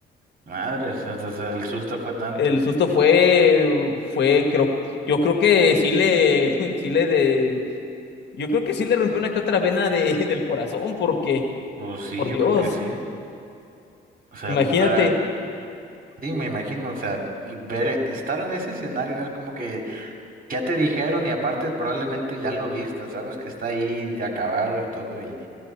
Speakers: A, on the right; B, on the left.
A: Madres, o sea, el susto fue tanto.
B: El susto fue, fue, creo, yo creo que sí le, <laughs> sí le de- Yo creo que sí le rompió una que otra vena de, <laughs> del corazón, porque,
A: Pues sí,
B: por
A: yo
B: Dios,
A: creo que sí. O sea,
B: imagínate
A: para... sí, me imagino, o sea, ver, estar en ese escenario no es como que Ya te dijeron y aparte probablemente ya lo viste, sabes que está ahí ya acabado y todo y